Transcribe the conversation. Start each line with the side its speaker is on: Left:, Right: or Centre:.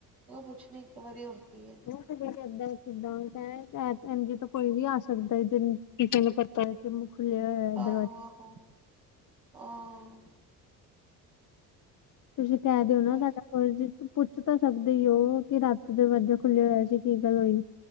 Right: ਉਹ ਪੁੱਛਣੀ, ਇੱਕ ਵਾਰੀ ਹੋਰ ਕੀ ਐ।
Left: ਕਿਦਾਂ ਕਿੱਦਾਂ ਕ ਜ ਤੋਂ ਕੋਈ ਵੀ ਆ ਸਕਦਾ। ਜਿ ਕਿਸੇ ਨੂੰ ਪਤਾ। ਕਿਮੂੰ ਖੁੱਲਿਆ ਹੋਇਆ।
Right: ਆਹੋ-ਆਹੋ
Left: ਦਰਵਾਜ਼ਾ
Right: ਹ।
Left: ਤੁਸੀਂ ਕਹਿ ਦਿਓ ਨਾ,
Right: ਬਸ
Left: ਸਾਡਾ। ਹੋਰ ਜੀ ਪੁੱਛ ਤਾਂ ਸਕਦੇ ਉਹ, ਕਿ ਰਾਤੀ ਦਰਵਾਜਾ ਖੁੱਲਿਆ ਹੋਇਆ ਸੀ, ਕੀ ਗੱਲ ਹੋਈ।